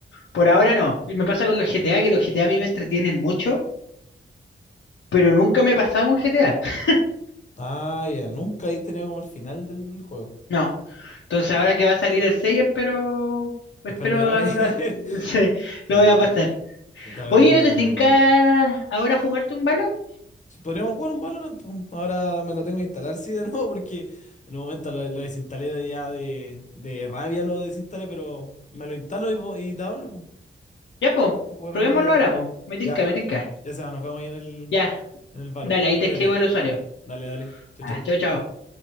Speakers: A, on the left; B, on the left.
A: por ahora no. Y Me pasa con los GTA, que los GTA a a mí me entretienen mucho, pero nunca me he pasado un GTA. <laughs>
B: Ah, ya, nunca he tenido como el final del juego.
A: No. Entonces ahora que va a salir el 6, espero, espero
B: Espero que lo hagáis.
A: a- a- a- <laughs>
B: <laughs>
A: se- lo
B: Sí,
A: voy a pasar.
B: te lo
A: Oye,
B: recomiendo,
A: ¿no te
B: es
A: tinca
B: muy bueno.
A: ahora jugarte un balo?
B: Sí, Podríamos jugar un Valorant. po. Ahora me lo tengo que instalar, sí, de <laughs> nuevo, porque en un momento lo, lo desinstalé de ya de, de rabia, lo desinstalé, pero me lo instalo y, po- y te hablo. po,
A: Ya, po,
B: Para jugar
A: probémoslo
B: un Valorant.
A: ahora, po. Me tinca,
B: Ya,
A: me tinca.
B: ya se va, nos vemos ahí en el,
A: Ya,
B: en el Valo.
A: dale, ahí te
B: Cuídate.
A: escribo el usuario.
B: Dale, dale. Chau,
A: Ah,
B: chau.
A: chao, chao.